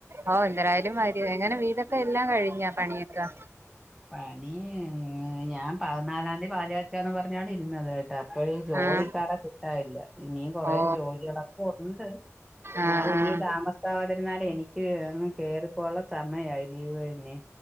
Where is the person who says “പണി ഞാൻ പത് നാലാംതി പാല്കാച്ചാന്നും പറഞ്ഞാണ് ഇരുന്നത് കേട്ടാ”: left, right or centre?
Centre